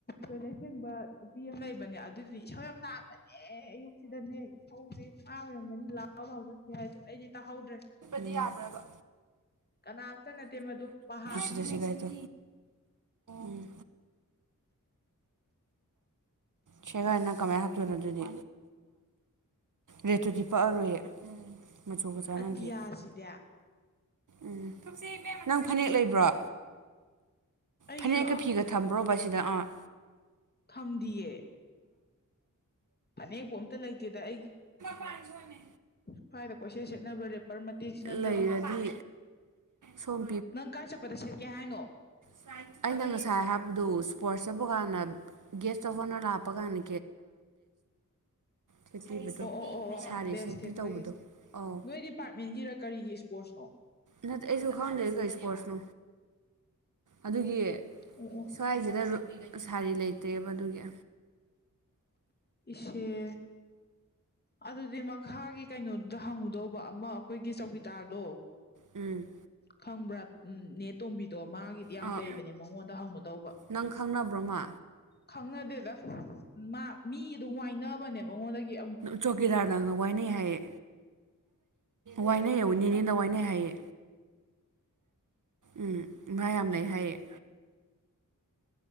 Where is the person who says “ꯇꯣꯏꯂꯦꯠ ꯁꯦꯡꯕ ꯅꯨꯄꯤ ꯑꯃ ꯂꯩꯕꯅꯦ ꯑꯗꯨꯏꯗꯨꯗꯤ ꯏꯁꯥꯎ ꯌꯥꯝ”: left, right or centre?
Left